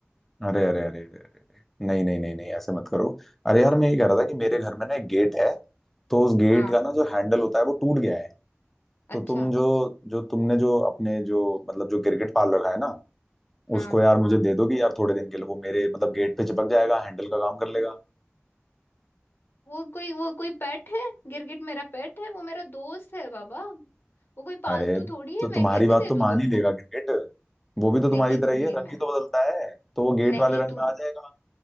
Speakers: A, in the centre; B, on the left (about 60°).
A: अरे अरे अरे अरे नहीं नहीं नहीं नहीं ऐसे मत करो अरे यार मैं ये कह रहा था कि मेरे घर में ना एक गेट है तो उस गेट
B: हाँ
A: का ना जो हैंडल होता है वो टूट गया है
B: अच्छा
A: तो तुम जो जो तुमने जो अपने जो मतलब जो गिरगिट पाल रखा है ना
B: हाँ
A: उसको यार मुझे दे दो कि यार थोड़े दिन के लिए वो मेरे मतलब गेट पे चिपक जाएगा हैंडल का काम कर लेगा
B: वो कोई वो कोई पेट है गिरगिट मेरा पेट है वो मेरा दोस्त है बाबा वो कोई
A: अरे
B: पालतू थोड़ी है
A: तो
B: मैं
A: तुम्हारी
B: कैसे
A: बात
B: दे
A: तो
B: दूं
A: मान
B: तुमको
A: ही लेगा गिरगिट वो भी तो तुम्हारी
B: नहीं दूंगी
A: तरह ही है रंग
B: मैं
A: ही तो बदलता है तो वो गेट
B: नहीं
A: वाले रंग
B: तुम
A: में आ जाएगा